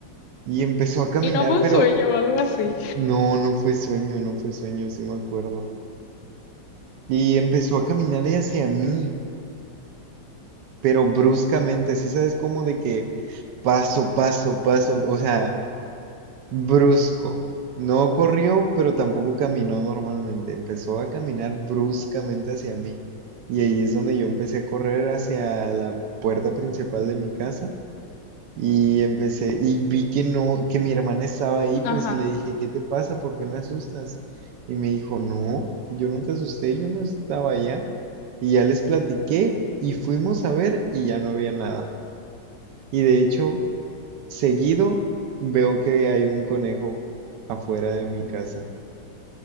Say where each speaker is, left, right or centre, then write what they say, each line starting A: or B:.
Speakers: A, on the right; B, on the left.
A: Y empezó a caminar,
B: Y no fue
A: pero
B: un sueño o algo así.
A: no, no fue sueño, no fue sueño, sí me acuerdo. Y empezó a caminar hacia mí, pero bruscamente, sí sabes cómo de que paso, paso, paso, o sea, brusco. No corrió, pero tampoco caminó normalmente. Empezó a caminar bruscamente hacia mí. Y ahí es donde yo empecé a correr hacia la puerta principal de mi casa. Y empecé, y vi que no, que mi hermana estaba ahí, pues,
B: Ajá.
A: y le dije, ¿qué te pasa? ¿Por qué me asustas? Y me dijo, no, yo no te asusté, yo no estaba allá. Y ya les platiqué y fuimos a ver y ya no había nada. Y de hecho, seguido veo que hay un conejo afuera de mi casa,